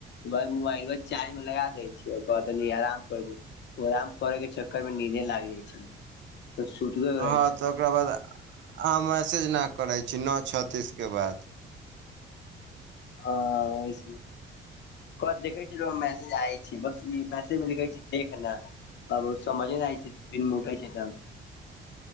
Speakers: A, on the left (about 60°); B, on the right (about 70°).
A: मोबाइल चार्ज में लगा दै छिय बाद आराम कर आराम करे के चक्कर में नीदे लाग जाय छै तऽ सुतबे रहै
B: हँ
A: छै
B: तऽ ओकरा बाद अहाँ मैसेज नहि करै छी नओ छ्तीसके बाद
A: ह वैसे क देखै छी मैसेज आय छै बस ई मैसेज लिखे छै देखना त समझे नहि आय छैन उठे छै त